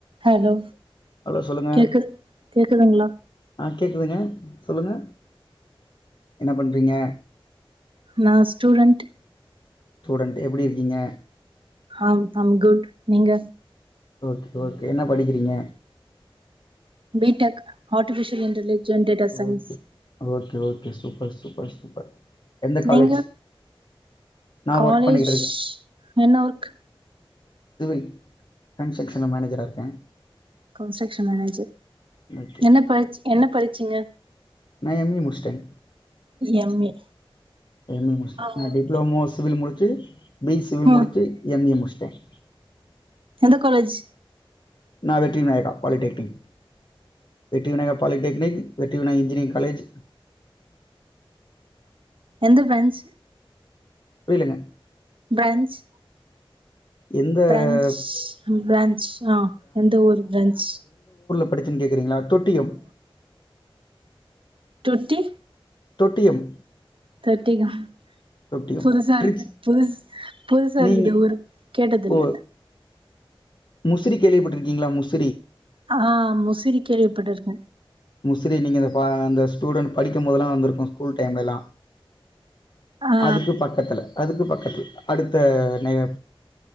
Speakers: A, on the right; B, on the left.
A: Hello
B: hello சொல்லுங்க
A: கேக்குது கேக்குதுங்களா
B: ஆ கேக்குதுங்க சொல்லுங்க என்ன பண்றீங்க
A: நான் ஸ்டூடெண்ட்
B: ஸ்டூடண்டட் எப்படி இருக்கீங்க
A: ஆஹம் ஹம் குட் நீங்க
B: ஓகே ஓகே என்ன படிக்கிறீங்க
A: B Tech artificial intelligence data science
B: okay okay okay super super super எந்த காலேஜ்
A: நீங்க
B: நா
A: காலேஜ்
B: ஒர்க் பண்ணிக்கிட்டு இருக்கே
A: என்ன ஒர்க்
B: சிவில் கன்ஸ்ட்ரக்க்ஷன்ல மேனேஜரா இருக்கே
A: கன்ஸ்ட்ரக்க்ஷன் மேனேஜர்
B: ஓகே
A: என்ன படிச் என்ன படிச்சிங்க
B: நா எம் இ முடுச்சுட்டங்க
A: எம் ஏ
B: எம் ஏ முடின்
A: ஆ
B: நான்
A: ஓகே
B: டிப்ளோமோ சிவில் முடிச்சு பி இ சிவில் முடிச்சு
A: ம்
B: எம் இ முடுச்ட்ட சரி
A: எந்த காலேஜ்
B: நா வெற்றி விநாயகா பாலிடெக்னிக் வெற்றி விநாயகா பாலிடெக்னிக் வெற்றி வினா இன்ஜீனிரிங் காலேஜ்
A: எந்த பிரண்ச்
B: ஃபீலுங்க
A: பிராஞ்ச்
B: எந்த
A: பிரஞ்ச் பிரஞ்ச் னா ஆஹ் எந்த ஊர் பிரன்ச்
B: <unintelligible> கேக்கறிங்களா தொட்டியும்
A: தொட்டி
B: தொட்டியம்
A: தொட்டிகம்
B: தொட்டியம்.
A: புதுசா
B: ட்ரிச்
A: இருக்கு புதுஸ் புதுசா இருக்குது
B: நீங்க
A: ஊர் கேட்டதுல்ல
B: ஓ! முசிறி கேள்விப்பட்டிர்க்கீங்ளா முஸ்
A: ஆ முசிறி கேள்விப்பட்டிர்க்கே
B: முசிறி நீங்க அந்த பா அந்த ஸூடண்ட் படிக்கும்போதெல்லா வந்துர் நு ஸ்கூல் டைம்லலா
A: ஆ
B: அதுக்கு பக்கத்துல அதுக்கு பக்கத்தில் அடுத்த நேய